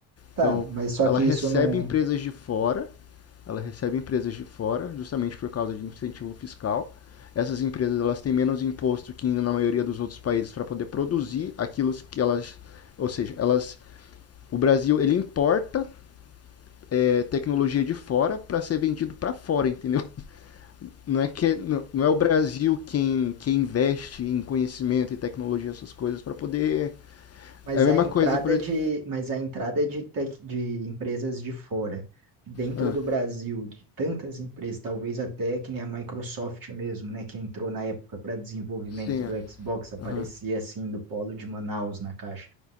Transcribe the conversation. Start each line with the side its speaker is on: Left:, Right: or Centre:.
Right: Tá,
Left: Então,
Right: mas só
Left: ela
Right: que
Left: recebe
Right: isso não
Left: empresas de fora, ela recebe empresas de fora, justamente por causa de incentivo fiscal. Essas empresas elas têm menos imposto que na maioria dos outros países para poder produzir aquilo que elas, ou seja, elas O Brasil, ele importa é, tecnologia de fora para ser vendido para fora, entendeu? <laughs> Não é, que, é, não, não é o Brasil quem, quem investe em conhecimento e tecnologia, essas coisas, para poder.
Right: Mas
Left: É a mesma
Right: a entrada
Left: coisa, por exemplo.
Right: de, mas a entrada de tech, de empresas de fora, dentro
Left: Ah,
Right: do Brasil, de tantas empresas, talvez até que nem a Microsoft mesmo, né, que entrou na época para desenvolvimento
Left: sim,
Right: do
Left: ah,
Right: Xbox, aparecia
Left: aham,
Right: assim do polo de Manaus na caixa.